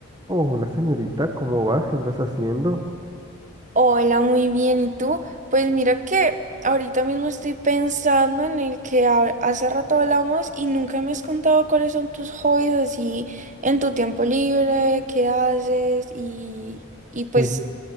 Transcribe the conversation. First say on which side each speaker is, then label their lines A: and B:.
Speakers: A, on the right; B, on the right.
A: Hola señorita, ¿cómo vas? ¿Qué andas haciendo?
B: Hola, muy bien. ¿Y tú? Pues mira que ahorita mismo estoy pensando en el que ha- hace rato hablamos y nunca me has contado cuáles son tus hobbies así en tu tiempo libre, qué haces y, y pues
A: Tien-